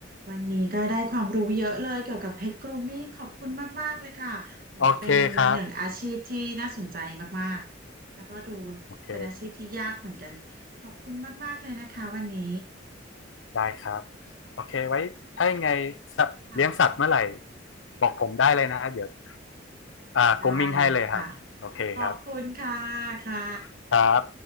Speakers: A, on the right; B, on the left.
A: วันนี้ก็ได้ความรู้เยอะเลยเกี่ยวกับเพชรกรูมมิ่งขอบคุณมากๆเลยค่ะโอ้เป็นหนึ่งอาชีพที่น่าสนใจมากๆแล้วก็ดู
B: โอเคครับโอเค
A: เป็นอาชีพที่ยากเหมือนกัน ขอบคุณมากๆเลยนะคะวันนี้
B: ได้ครับโอเคไว้ถ้ายังไงสัตว์เลี้ยงสัตว์เมื่อไหร่
A: ค่ะ
B: บอกผมได้เลยนะฮะเดี๋ยวอ่ากรมมิ่งให้เลยครับโอเคครับ
A: ได้เลยค่ะขอบคุณค่ะค่ะ
B: <laughs> ครับ